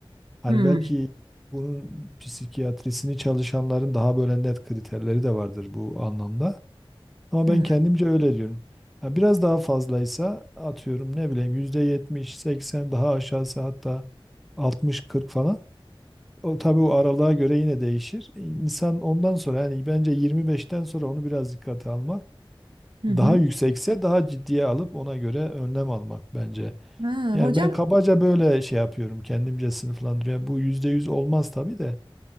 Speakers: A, in the centre; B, on the right.
A: Hani
B: Hmm,
A: belki bunun psikiyatrisini çalışanların daha böyle net kriterleri de vardır bu anlamda. Ama
B: hı
A: ben
B: hı,
A: kendimce öyle diyorum. Ha, biraz daha fazlaysa atıyorum ne bileyim %70, seksen daha aşağısı hatta altmış kırk falan. O, tabii o aralığa göre yine değişir. İnsan ondan sonra yani bence yirmi beşten sonra onu biraz dikkate almak.
B: hı
A: Daha
B: hı.
A: yüksekse daha ciddiye alıp ona göre önlem almak bence.
B: Ha,
A: Yani
B: hocam
A: ben kabaca böyle şey yapıyorum, kendimce sınıflandırıyorum. bu yüzde yüz olmaz tabii de